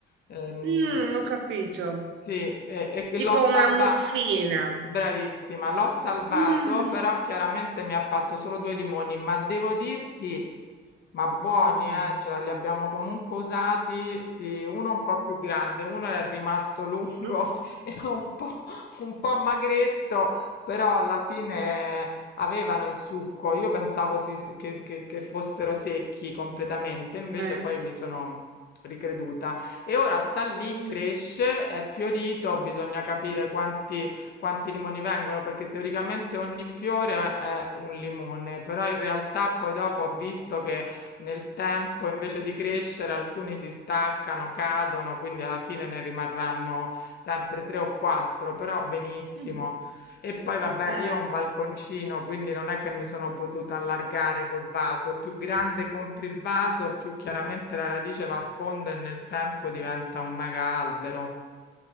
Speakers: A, on the left; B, on the right.
A: Ehm,
B: Mm, ho capito.
A: sì, e, e che l'ho
B: Tipo
A: salvato,
B: una muffina.
A: bravissima, l'ho salvato,
B: Mm.
A: però chiaramente mi ha fatto solo due limoni, ma devo dirti, ma buoni,
B: Mm.
A: eh, cioè li abbiamo comunque usati, sì, uno un po' più grande, uno era rimasto lungo
B: <laughs>
A: <laughs> e un po', un po' magretto, però alla fine avevano il succo, io pensavo si- che che- che fossero secchi completamente, invece
B: Eh.
A: poi mi sono ricreduta. E ora sta lì,
B: Mm.
A: cresce, è fiorito, bisogna capire quanti, quanti limoni vengono, perché teoricamente ogni fiore è un limone, però in realtà poi dopo ho visto che nel tempo invece di crescere alcuni si staccano, cadono, quindi alla fine ne rimarranno sempre tre o quattro, però benissimo.
B: Mm.
A: E poi vabbè,
B: Eh,
A: io ho un balconcino, quindi non è che mi sono potuta allargare col vaso. Più grande compri il vaso, più chiaramente la radice va a fondo e nel tempo diventa un mega albero.